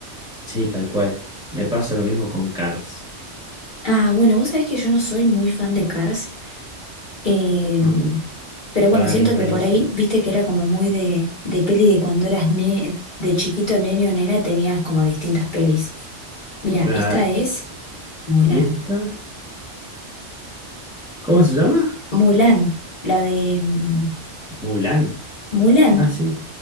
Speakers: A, in the centre; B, on the left.
A: Sí, tal cual. Me pasa lo mismo con Cars.
B: Ah, bueno, vos sabés que yo no soy muy fan de Cars, Em,
A: No,
B: pero
A: para
B: bueno, siento
A: mí es buenísimo.
B: que por ahí, viste que era como muy de, de peli de cuando eras ne- de chiquito, nene o nena, tenías como distintas pelis. Mira,
A: Claro.
B: esta es Mulan.
A: ¿Y esta? ¿Cómo se llama?
B: Mulan, la de mm,
A: Mulan.
B: Mulan.
A: Ah, sí.